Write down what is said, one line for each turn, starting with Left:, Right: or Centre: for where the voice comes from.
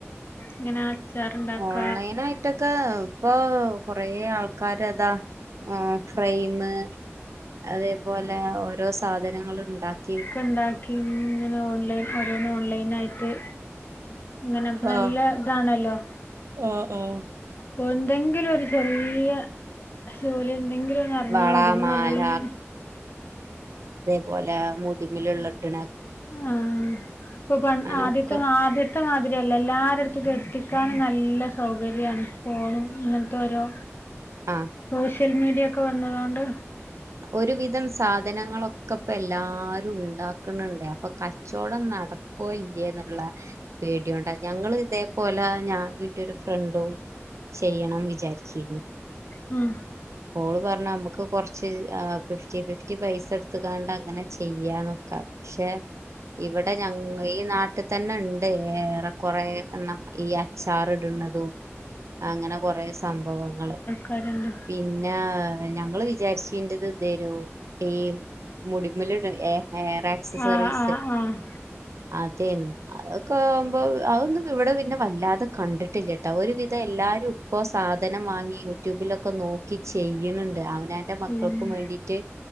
Left: ഇങ്ങനെ അച്ചാർ ഉണ്ടാക്ക
Right: ഓൺലൈൻ ആയി ട്ടൊക്കെ ഇപ്പൊ കൊറേ ആൾക്കാര് അതാ ഫ്രെയിമ് അതേപോലെ ഓരോ സാധനങ്ങളും ഉണ്ടാക്കി
Left: ക്കെ ഉണ്ടാക്കി ഇങ്ങനെ ഓൺലൈൻ ഓരോന്ന് ഓൺലൈൻ ആയിട്ട് ഇങ്ങനെ അപ്പൊ
Right: ആഹ്
Left: നല്ല ഇതാണല്ലോ
Right: ആഹ് ആഹ്
Left: എന്തെങ്കിലും ഒരു ചെറിയ ജോലി എന്തെങ്കിലും അറിഞ്ഞാ
Right: വള
Left: മതി പിന്നെ
Right: മാല
Left: നല്ല
Right: പോലെ മുടിമലിട്ട്ണ്
Left: ആഹ് ഇപ്പൊ പറഞ്ഞ
Right: അങ്ങനൊക്കെ
Left: ആദ്യത്തെ മാത്രം ത്തെ മാതിരിയല്ല എല്ലാരുടുത്തും എത്തിക്കാൻ നല്ല സൗകര്യമാണ്. ഫോണും ഇങ്ങനത്തെ ഓരോ
Right: ആഹ്
Left: സോഷ്യൽ മീഡിയ ഒക്കെ വന്നതൊണ്ട്
Right: ഒരുവിധം സാധനങ്ങളൊക്കെ ഇപ്പോ എല്ലാരും ഉണ്ടാക്ക ക്ക്ണുണ്ട് അപ്പൊ കച്ചവടം നടക്കുവോ ഇല്ലേ എന്നുള്ള പേടിയൊണ്ട് ഞങ്ങള് ഇതേപോലെ ഞാനും ഇന്റെ ഒരു ഫ്രണ്ടും ചെയ്യണം വിചാരിച്ചിരുന്നു
Left: മം
Right: ഓള് പറഞ്ഞു നമുക്ക് കുറച്ച് ഫിഫ്റ്റി ഫിഫ്റ്റി പൈസ എടുത്ത്ക്കാണ്ട് അങ്ങനെ ചെയ്യാന്നോക്കെ ക്ഷെ ഇവിടെ ഞങ്ങ ഈ നാട്ടിൽ തന്നെ ഉണ്ട് ഏറെ കൊറെ എഹ് ഈ അച്ചാർ ഇടുന്നതും അങ്ങനെ കൊറെ സംഭവങ്ങള്
Left: കരണ്ട്
Right: പിന്നെ ഞങ്ങള് വിചാരിച്ചീണ്ടത് ഇതെരു ഈ? മുടിമേല് ഇടു ഏഹ് ഹെയർ ആക്സസറീസ്
Left: ആഹ് ആഹ് ആഹ്
Right: അതേന്നെ അതൊക്കെ ആകുമ്പോ അതൊന്നും ഇവിടെ പിന്നെ വല്ലാതെ കണ്ടിട്ടില്ലാട്ടോ ഒരു വിധം എല്ലാരും ഇപ്പോ സാധനം വാങ്ങി യൂട്യൂബിലൊക്കെ നോക്കി ചെയ്യണണ്ട് അവനാ ന്റെ
Left: ചെയ്യണം
Right: മക്കൾക്കും വേണ്ടിട്ട്